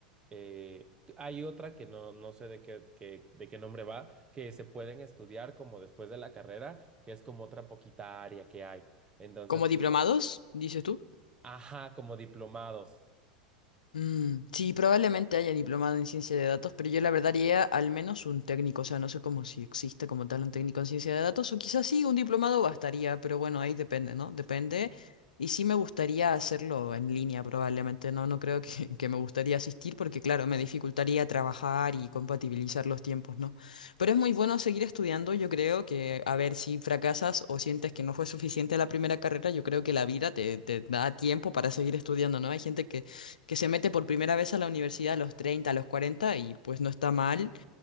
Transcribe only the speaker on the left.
Como diplomados, dices tú.
Mm, sí, probablemente haya diplomado en ciencia de datos, pero yo la verdad haría al menos un técnico, o sea, no sé cómo si existe como tal un técnico en ciencia de datos, o quizás sí, un diplomado bastaría, pero bueno, ahí depende, ¿no? Depende. Y sí me gustaría hacerlo en línea, probablemente, ¿no? No creo que, que me gustaría asistir porque, claro, me dificultaría trabajar y compatibilizar los tiempos, ¿no? Pero es muy bueno seguir estudiando, yo creo que, a ver, si fracasas o sientes que no fue suficiente la primera carrera, yo creo que la vida te, te da tiempo para seguir estudiando, ¿no? Hay gente que que se mete por primera vez a la universidad a los 30, a los 40 y pues no está mal